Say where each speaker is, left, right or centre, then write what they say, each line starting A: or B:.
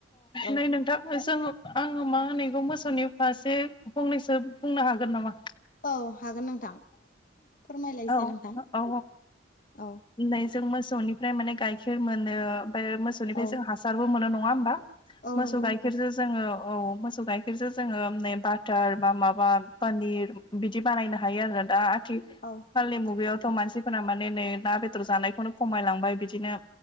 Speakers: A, on the left; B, on the left.
A: औ
B: नै नोंथां जोङो आङो मा होनो एखौ मोसौनि फारसे फंनैसो बुंनो हागोन नामा
A: औ हागोन नोंथां फोरमायलायसै
B: औ
A: नोंथां
B: औ
A: औ
B: नै जों मोसौनिफ्राय माने गाइखेर मोनो ओमफ्राय मोसौनिफ्राय
A: औ
B: जों हासारबो मोनो नङा होमबा
A: औ
B: मोसौ
A: नंगौ
B: गायखेर
A: नोंथां
B: <unintelligible> जोङो औ मोसौ गाइखेरजों जोङो नै बाटार बा माबा पनिर बिदि बानायनो हायो आरो दा आथि
A: औ
B: खाललि मुगायावथ' मानसिफोरा माने नै ना बेदर जानायखौनो खमायलांबाय बिदिनो